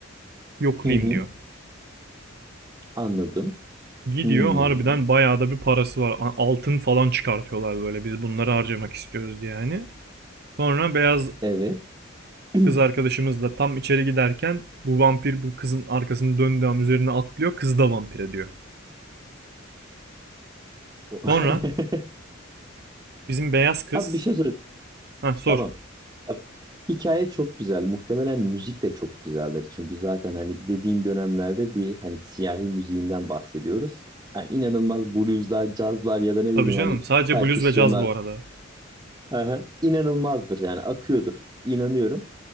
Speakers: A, on the right; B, on the right.
A: Yoklayayım
B: Hı hı.
A: diyor.
B: Anladım.
A: Gidiyor
B: Hmm.
A: harbiden bayağı da bir parası var. Altın falan çıkartıyorlar böyle biz bunları harcamak istiyoruz diye hani. Sonra beyaz
B: Evet. <clears throat>
A: Kız arkadaşımız da tam içeri giderken bu vampir bu kızın arkasını döndüğü an üzerine atlıyor. Kız da vampire diyor.
B: O- <laughs>
A: Sonra bizim beyaz kız...
B: Abi bir şey soracağım.
A: Heh sor.
B: Tamam. Bak, hikaye çok güzel. Muhtemelen müzik de çok güzeldir. Çünkü zaten hani dediğin dönemlerde bir hani siyahi müziğinden bahsediyoruz. Yani inanılmaz blueslar, cazlar ya da ne
A: Tabii
B: bileyim
A: canım
B: hani
A: sadece
B: perküsyonlar
A: bluz ve caz bu arada.
B: Aha. inanılmazdır yani akıyordur. İnanıyorum.